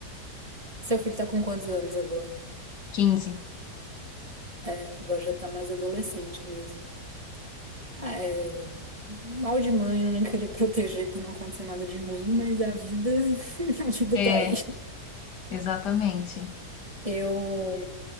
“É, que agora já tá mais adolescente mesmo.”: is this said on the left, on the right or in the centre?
Right